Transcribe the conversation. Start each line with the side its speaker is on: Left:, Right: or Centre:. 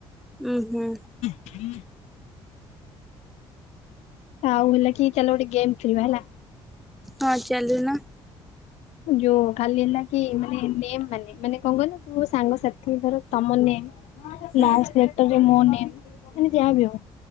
Centre: ଉୁଁ ହୁଁ
Left: ହୁଁ ଆଉ ହେଲା କି ଚାଲ ଗୋଟେ ଗେମ୍ ଖେଳିବା ହେଲା
Centre: ହଁ ଚାଲୁନ
Left: ଯୋଉ ଖାଲି ହେଲା କି ମାନେ ନେ ମାନେ ମାନେ କଣ କହିଲ ସାଙ୍ଗସଥି ଧର ତମ ନେ
Centre: ହୁଁ
Left: ଲାଷ୍ଟେ ଲେଟରେ ମୋ ନେ ମାନେ ଯାହା ବି ହଉ